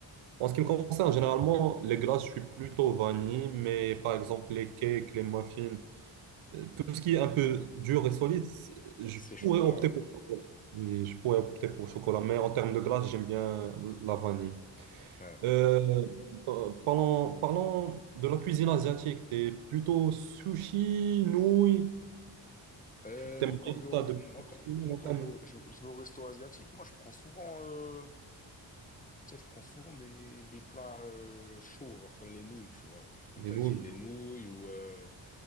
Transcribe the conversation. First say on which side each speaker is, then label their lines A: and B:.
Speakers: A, on the right (about 85°); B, on the left (about 15°).
A: En ce qui me concerne, généralement, les glaces, je suis plutôt vanille, mais par exemple, les cakes, les muffins, euh, tout ce qui est un peu dur et solide, c'est- je
B: C'est chocolat,
A: pourrais opter
B: ouais.
A: pour chocolat. Oui, je pourrais opter pour chocolat, mais en termes de glace, j'aime bien la vanille.
B: Ouais, ouais.
A: Euh, pa- parlons, parlons de la cuisine asiatique. T'es plutôt sushi, nouilles.
B: Euh,
A: T'aimes
B: moi, quand
A: bien,
B: je vais au,
A: t'as
B: re-
A: de préférence
B: moi, quand,
A: culinaire
B: moi,
A: en
B: quand
A: termes
B: je vais au, je- je vais au resto asiatique, moi, je prends souvent, euh, tu sais, je prends souvent des, des plats, euh, chauds, genre comme les nouilles, tu vois. Comme
A: des
B: t'as
A: nouilles.
B: dit, les nouilles ou, euh,